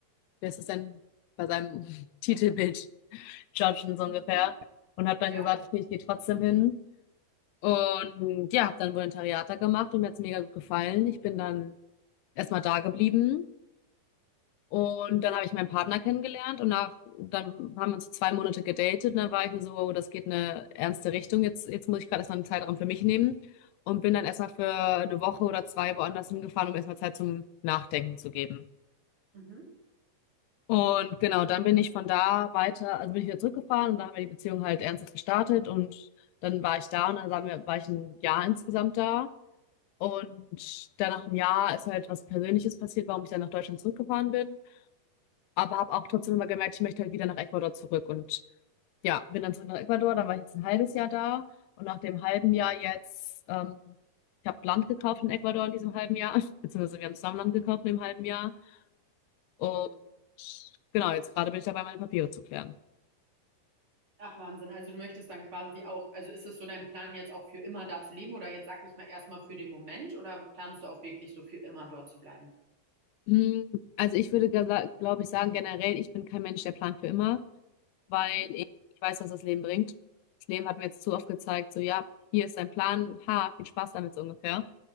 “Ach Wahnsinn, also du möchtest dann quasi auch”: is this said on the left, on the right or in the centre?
Right